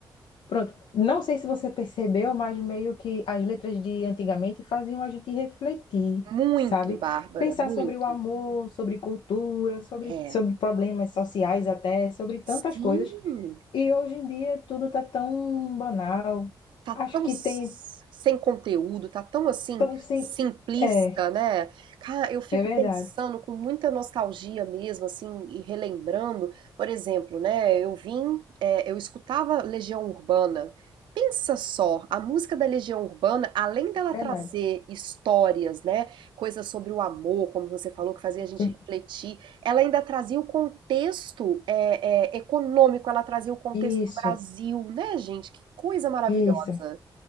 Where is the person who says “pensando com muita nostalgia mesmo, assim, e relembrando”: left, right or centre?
Right